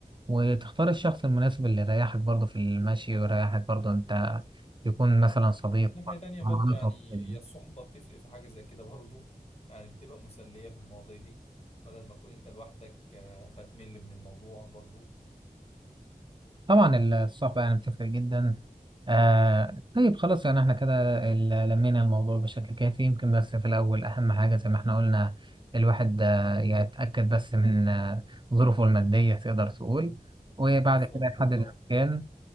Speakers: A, on the right; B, on the left.
A: وتختار الشخص المناسب اللي يريحك برضه في المشي ويريحك برضه انت يكون مثلا صديق
B: من ناحية تانية
A: <unintelligible>
B: برضو يعني هي الصحبة بتفرق في حاجة زي كده برضو يعني بتبقى مسلية في المواضيع دي بدل ما تكون انت لوحدك آه، فتمل من الموضوع برضو
A: طبعا الصحبة يعني بتفرق جدا آه طيب خلاص يعني احنا كده ال- لمينا الموضوع بشكل كافي يمكن بس في الأول أهم حاجة زي ما احنا قلنا الواحد آه، يتأكد بس من آه، ظروفه المادية تقدر تقول وبعد
B: بالظبط
A: كده يحدد
B: كده
A: المكان
B: اهو